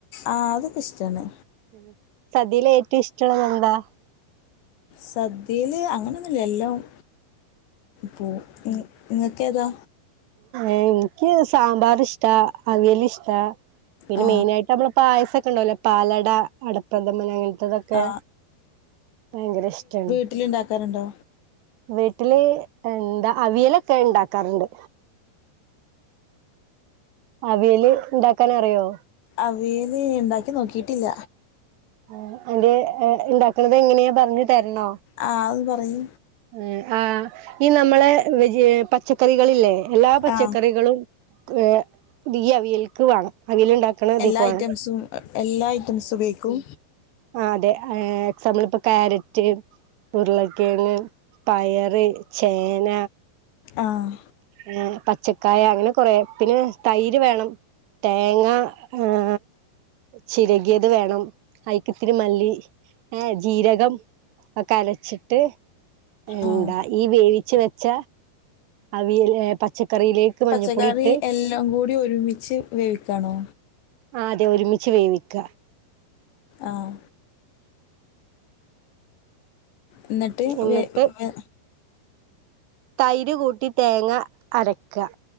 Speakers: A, on the left; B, on the right.
A: ആഹ് അതൊക്കെ ഇഷ്ടാണ്
B: ഉം സദ്യയില് ഏറ്റവും ഇഷ്ടള്ളത് എന്താ
A: സദ്യയില് അങ്ങനെന്നുല്ല എല്ലോം പോവും ഇങ്ങക്ക് ഏതാ
B: എ ഇൻക്ക് സാമ്പാർ ഇഷ്ട അവിയല് ഇഷ്ടാ പിന്നെ
A: ആ
B: മെയിനായിട്ടമ്മളെ പായസൊക്കെ ണ്ടാവൊല്ലോ പാലട അടപ്രദമന് അങ്ങൻ ത്തതൊക്കെ
A: ആ
B: ഭയങ്കര ഇഷ്ടാണ്
A: വീട്ടില് ഇണ്ടാക്കാറ്ണ്ടോ
B: വീട്ടില് എന്താ അവിയലൊക്കെ ഇണ്ടാക്കാറ്ണ്ട് അവിയല് ഇണ്ടാക്കാനറിയോ
A: അവിയല് ഇണ്ടാക്കി നോക്കിയിട്ടില്ല
B: ആഹ് എന്റെ ഇണ്ടാക്ക്ണത് എങ്ങനെ പറഞ്ഞ് തെര്നോ
A: ആഹ് അഹ് ഒന്ന് പറയി
B: ഏ ആഹ് ഈ നമ്മളെ വെജ് പച്ചക്കറികളല്ലേ എല്ലാ പച്ചക്കറികളും
A: ആ
B: ഏ തീ അവിയൽക്ക് വാണം അവിയല് ഇണ്ടാക്ക്ണ ഇതീക്ക്
A: എല്ലാ
B: വാണം
A: ഐറ്റംസും എ എല്ലാ ഐറ്റംസും ഉപയോയ്ക്കും.
B: ആ അതെ ഹെ എക്സാമ്പിൾ ഇപ്പൊ കരറ്റ് ഉരുളക്കിഴങ് പയറ് ചേന
A: ആഹ
B: ആ പച്ചക്കായ അങ്ങനെ കൊറ പിന്നെ തൈര് വേണം തേങ്ങ ഏേ ചിരകിയത് വേണം അയ്ക്ക്ത്തിരി മല്ലി ഏേ ജീരകം ഒക്കെ അരച്ചിട്ട് എന്താ
A: ആ
B: ഈ വേവിച്ച് വെച്ച അവിയൽ പച്ചക്കറിയിലേക്ക്
A: പച്ചക്കറി
B: മഞ്ഞൾപ്പൊടി ഇട്ട്.
A: എല്ലാം കൂടി ഒരുമിച്ച് വേവിക്കണോ?
B: ആ അതെ ഒരുമിച്ച് വേവിക്ക
A: ആഹ എന്നിട്ട്
B: എന്നിട്ട്
A: വെ വെ
B: തൈര് കൂട്ടി തേങ്ങ അരക്ക